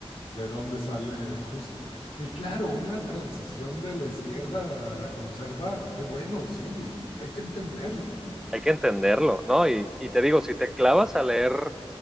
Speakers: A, on the left; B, in the centre.
A: de dónde sale just- Y claro, una transición de la izquierda a la conserva, qué bueno, sí, hay que entenderlo.
B: hay que entenderlo, ¿no? Y, y te digo, si te clavas a leer